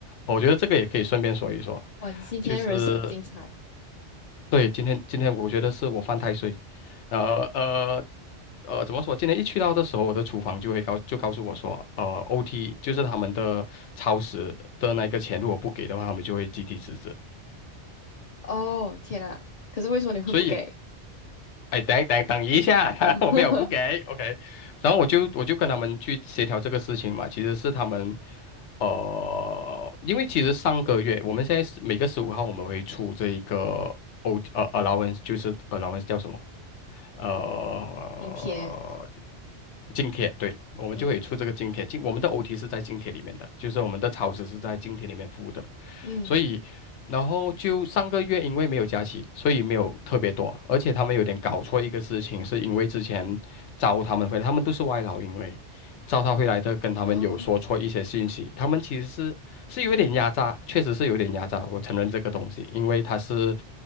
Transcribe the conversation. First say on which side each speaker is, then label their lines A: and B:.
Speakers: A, on the left; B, on the left.
A: 我觉得这个也可以顺便说一说，
B: 哇，你今天人生很精彩
A: 就是对今天今天我觉得是我犯太岁，呃呃。呃，怎么说？今天一去到的时候，我的厨房就会告就告诉我说，呃，OT 就是他们的超时的那个钱，如果不给的话，他们就会集体辞职。
B: 哦！天啊，可是为什么你会不给？
A: 所以哎，等等等一下，<laughs>
B: <laughs>
A: 我没有不给，OK，然后我就我就跟他们去协调这个事情嘛，其实是他们，呃，因为其实上个月我们现在是每个十五号我们会出这一个 O 呃 allowance，就是 allowance 叫什么？呃，
B: 明天，
A: 津贴，对，我们就可以出这个津贴。
B: 嗯
A: 津，我们的 OT 是在津贴里面的，就是我们的超时是在津贴里面付的。
B: 嗯，
A: 所以，然后就上个月因为没有假期，所以没有特别多，而且他们有点搞错一个事情，是因为之前招他们回来，他们都是外劳，因为招他回来的跟他们有说错一些信息，
B: 哦。
A: 他们其实是是有点压榨，确实是有点压榨，我承认这个东西，因为他是